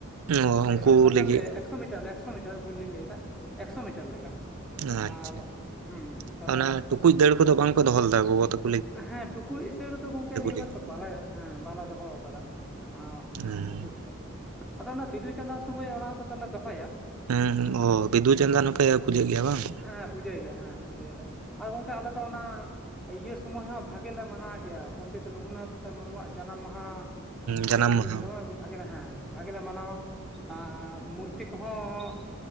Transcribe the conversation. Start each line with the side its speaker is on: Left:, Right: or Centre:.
Right: ᱚ ᱩᱱᱠᱩ
Centre: ᱮᱠᱥᱳ
Right: ᱞᱟᱹᱜᱤᱫ
Centre: ᱼᱼ ᱮᱠᱥᱳ ᱢᱤᱴᱟᱨ ᱮᱠᱥᱳ ᱢᱤᱴᱟᱨ ᱵᱷᱩᱞ ᱞᱤᱧ ᱞᱟᱹᱭᱮᱫᱟ ᱮᱠᱥᱚ ᱢᱤᱴᱟᱨ ᱞᱮᱠᱟ
Right: ᱟᱪᱪᱷᱟ
Centre: ᱟᱨ ᱦᱩᱸ ᱛᱟᱞᱦᱮ
Right: ᱚᱱᱟ ᱴᱩᱠᱩᱡ ᱫᱟᱹᱲ ᱠᱚᱫᱚ ᱵᱟᱝ ᱠᱚ ᱫᱚᱦ ᱞᱮᱫᱟ ᱜᱚᱜᱚ ᱛᱟᱠ?
Centre: ᱦᱮᱸ ᱴᱩᱠᱩᱡ ᱫᱟᱹᱲ ᱫᱚ ᱜᱚᱝᱠᱮ ᱱᱤᱭᱟᱹ
Right: ᱞᱟᱹᱜᱤᱫ
Centre: ᱵᱟᱨ ᱛᱚ ᱵᱟᱞᱮ ᱦᱮᱸ ᱵᱟᱞᱮ ᱫᱚᱦᱚ ᱟᱠᱟᱫᱟ ᱚ
Right: ᱦᱮᱸ
Centre: ᱴᱩᱠᱩᱡ ᱨᱮ ᱫᱚ ᱟᱫᱚ ᱚᱱᱟ ᱵᱤᱫᱩᱼ ᱪᱟᱸᱫᱟᱱ ᱥᱚᱢᱚᱭ ᱚᱱᱟ ᱠᱚᱫᱚᱞᱮ ᱫᱚᱦᱚᱭᱟ
Right: ᱮᱸ ᱚ ᱵᱤᱫᱩ ᱪᱟᱸᱫᱟᱱ ᱦᱚᱸᱯᱮ ᱯᱩᱡᱟᱹᱭ ᱜᱮᱭᱟ ᱵᱟᱝ?
Centre: ᱦᱮᱸ ᱯᱩᱡᱟᱹᱭ ᱜᱮᱭᱟ ᱦᱮᱸ ᱯᱩᱡᱟᱹᱭᱟᱞᱮ ᱟᱨ ᱜᱚᱝᱠᱮ ᱟᱞᱮ ᱫᱚ ᱚᱱᱟ ᱤᱭᱟᱹ ᱥᱚᱢᱚᱭ ᱦᱚᱸ ᱵᱷᱟᱜᱮ ᱞᱮ ᱢᱟᱱᱟᱣ ᱜᱮᱭᱟ ᱯᱚᱱᱰᱤᱛ ᱨᱚᱜᱷᱩᱱᱟᱛᱷ ᱢᱩᱨᱢᱩᱣᱟᱜ ᱡᱟᱱᱟᱢ ᱢᱟᱦᱟ ᱩᱱ
Right: ᱡᱟᱱᱟᱢ
Centre: ᱥᱚᱢ
Right: ᱢᱟᱦᱟ
Centre: ᱫᱚᱢᱮ ᱵᱷᱟᱜᱮ ᱦᱮᱸ ᱵᱷᱟᱜᱮ ᱞᱮ ᱢᱟᱱᱟᱣᱟ ᱟᱨ ᱢᱩᱨᱛᱤ ᱠᱚᱦᱚᱸ